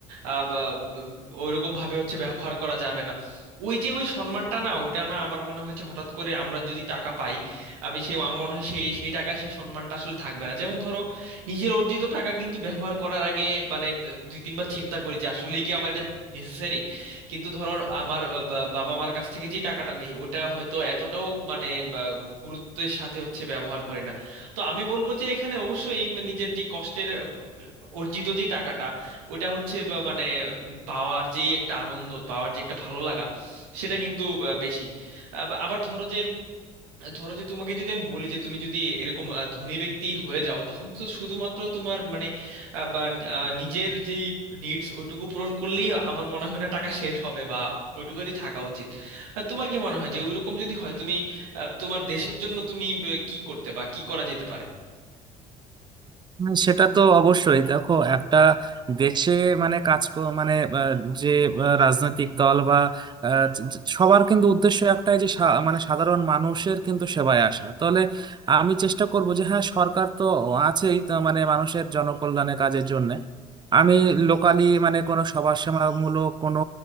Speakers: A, on the right (about 70°); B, on the right (about 25°).
A: আহ, বা ওইরকম ভাবে হচ্ছে ব্যবহার করা যাবে না ওই যে ওই সম্মানটা না ওইটা না আমার মনে হচ্ছে হঠাৎ করে আমরা যদি টাকা পাই আমি সেই আমার মনে হয় সেই সেই টাকায় সেই সম্মানটা আসলে থাকবে না যেমন ধরো নিজের অর্জিত টাকা কিন্তু ব্যবহার করার আগে মানে দুই তিনবার চিন্তা করি যে আসলেই কি আমার এটা নেসেসারি কিন্তু ধরো আমার বা- বা- বাবা মার কাছ থেকে যে টাকাটা নেই ওটা হয়তো এতটাও মানে বা গুরুত্বের সাথে হচ্ছে ব্যবহার করে না তো আমি বলবো যে এখানে অবশ্যই নিজের যে কষ্টের আহ, অর্জিত যে টাকাটা ওটা হচ্ছে বা- মানে উম, পাওয়ার যেই একটা আনন্দ পাওয়ার যে একটা ভালো লাগা সেটা কিন্তু আহ, বেশি আব- আবার ধরো যে ধরো যে তোমাকে যদি আমি বলি যে তুমি যদি এরকম আহ, ধনী ব্যক্তি হয়ে যাও তখন তো শুধুমাত্র তোমার মানে আহ, বা নি- আহ, নিজের যেই নিডস ওইটুকু পূরণ করলেই আমার মনে হয় না টাকা শেষ হবে বা ওইটুকুতে থাকা উচিত আর তোমার কি মনে হয় যে ওইরকম যদি হয় তুমি আহ, তোমার দেশের জন্য তুমি আহ, কি করতে বা কি করা যেতে পারে
B: হ্যাঁ, সেটা তো অবশ্যই দেখো একটা দেশে মানে কাজ ক- মানে আহ, যে আহ, রাজনৈতিক দল বা আহ, য- য- সবার কিন্তু উদ্দেশ্য একটাই যে সা- মানে সাধারণ মানুষের কিন্তু সেবায় আসা তাহলে আমি চেষ্টা করব যে হ্যাঁ সরকার তো আছেই তো মানে মানুষের জনকল্যাণে কাজের জন্য আমি লোকালি মানে কোনো সমাজসেবামূলক কোনো